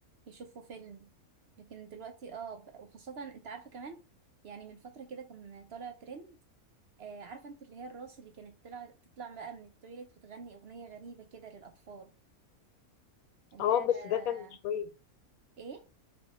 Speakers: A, on the right; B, on the left.
A: يشوفوا فيلم لكن دلوقتي اه بقى- وخاصة انت عارفة كمان يعني من فترة كده كان طالع ترند آه عارفة انت اللي هي الراس اللي كانت طلع تطلع بقى من التويليت وتغني أغنية غريبة كده للأطفال اللي
B: اه
A: هي آه،
B: بس ده كان مش كويس
A: ايه